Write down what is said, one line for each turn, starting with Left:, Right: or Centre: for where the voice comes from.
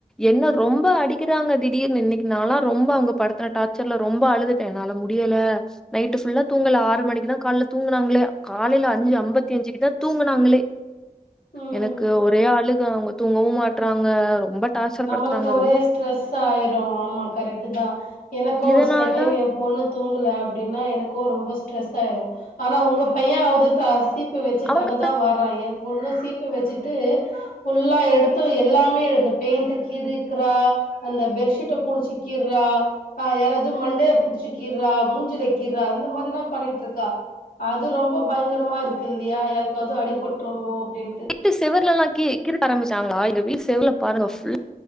Centre: என்ன ரொம்ப அடிக்கிறாங்க திடீர்னு இன்னக்கி நாலா ரொம்ப அவங்க படுத்துன டார்ச்சர்ல ரொம்ப அழுது என்னால முடியல நைட் புல்லா தூங்கல ஆறு மணி க்குதா கால தூங்குனாங்களே காலைல அஞ்சு
Left: ம்
Centre: அம்பத்தி அஞ்சுக்கு தா தூங்குனாங்களே
Left: ம்
Centre: எனக்கு ஒரே அழுக அவ்ங்க தூங்கவு மாட்றாங்க ரொம்ப டார்ச்சர்
Left: நம்மளுக்கு
Centre: படுத்துறாங்க
Left: ஒரே
Centre: ரொம்ப
Left: ஸ்ட்ரெஸ் ஆயிரு ஆமா கரெக்ட் தா எனக்கு
Centre: இதனால
Left: ஒரு சில டைம் எ பொண்ணு தூங்கல அப்டின்னா எனக்கோ ரொம்ப ஸ்ட்ரெஸ் ஆயிரு ஆனா உங்க பைய ஆவ்து தா சீப் பு வச்சி
Centre: அவங்க
Left: தல தா வார்றா என் பொண்ணு சீப் பு வெச்சிட்டு ஃபுல்லா எடுத்து எல்லாமே இந்த பெயிண்ட்ட கீறிக்கிறா அந்த பெட்ஷீட்ட புடிச்சி கீர்றா அ யாராவ்து மண்டே புடிச்சி கீர்றா மூஞ்சில கீர்றா அந்த மாரிலா பண்ணிட்ருக்கா அது ரொம்ப பயங்கரமா இருக் குல்லியா யாருக்காவ்து அடிபட்ருமோ அப்டின்ட்டு
Centre: ட்டி செவர்லல்லா கீ கிறுக்க ஆரம்பிஷ்சாங்களா எங் வீட் செவர்ல பாருங்க ஃபுல்